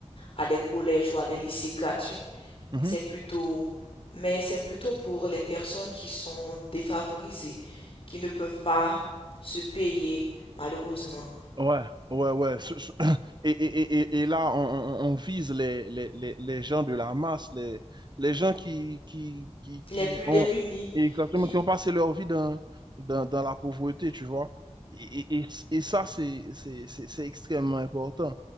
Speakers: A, on the left (about 50°); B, on the right (about 40°).
A: à des collèges ou à des lycées gratuits.
B: Mhm.
A: C'est plutôt, mais c'est plutôt pour les personnes qui sont défavorisées, qui ne peuvent pas se payer, malheureusement.
B: Ouais, ouais, ouais. Ce- ce- <clears throat> Et, et, et, et et là, on, on- on vise les, les, les, les gens de la masse, les, les gens qui, qui, qui,
A: Les
B: qui
A: plus
B: ont
A: démunis
B: exactement,
A: qui,
B: qui ont passé leur vie dans, dans, dans la pauvreté, tu vois. Et, et, et et ça, c'est, c'est, c'est, c'est extrêmement important.